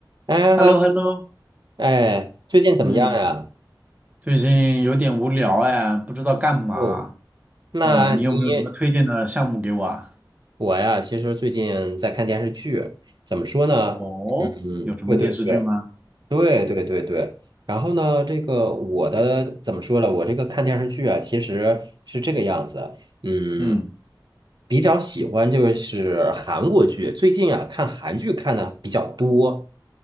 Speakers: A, on the right; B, on the right.
A: 哎哈，
B: h e l l o h e l l o
A: 哎，最近怎么样呀？
B: 嗯，最近有点无聊哎，不知道干嘛。
A: 哦，那你
B: 嗯，你有没有什么推荐的项目给我啊？
A: 我呀，其实最近在看电视剧，怎么说呢？
B: 哦，
A: 嗯，
B: 有什么电视剧吗？
A: 对对对对对对对。然后呢，这个我的怎么说呢？我这个看电视剧啊，其实是这个样子。嗯，
B: 嗯，
A: 比较喜欢就是韩国剧，最近啊看韩剧看的比较多。